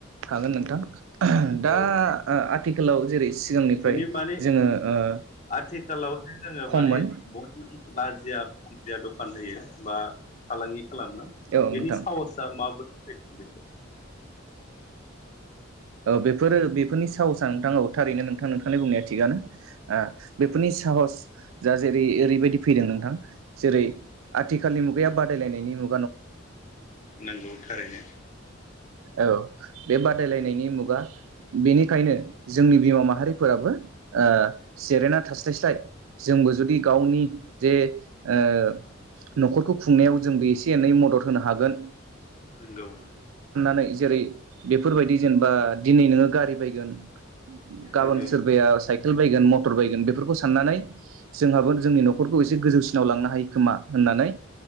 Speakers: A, on the right; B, on the left.
A: हागोन नोंथां दा
B: औ
A: थिकालाव जेरै सिगांनिफ्राय
B: बिनि माने
A: जोङो ओ
B: आथिखालाव जे जोङो
A: खममोन
B: माने बय बाजिया या दखान होयो बा फालांगि खालामो
A: औ
B: बिनि
A: नोंथां
B: साहसआ माबोर बेखौ
A: बेफोरो बेफोरनि साहसआ नोंथाङ औ थारैनो नोंथां नोंथांनि बुंनाया थिगानो ओ बेफोरनि साहस जा जेरै ओरैबायदि फैदों नोंथां जेरै आथिखालनि मुगाया बादायलायनायनि मु
B: नंगौ थारैनो।
A: औ बे बादायलायनायनि मुगा बेनिखायनो जोंनि बिमा माहारिफोराबो ओ जेरेना थास्लायस्लाय जोंबो जुदि गावनि जे ओ न खरखौ खुंनायाव जोंबो एस एनै मदद होनो हागोन
B: नोंगौ
A: नै जेरै बेफोरबायदि जेनेबा दिनै नोङो गारि बायगोन गाबोन
B: नंगौ
A: सोरबाया साइ केल बायगोन मटर बायगोन बेफोरखौ साननानै जोंहाबो जोंनि नखरखौ एसे गोजौसिनाव लांनो हायो खोमा होननानै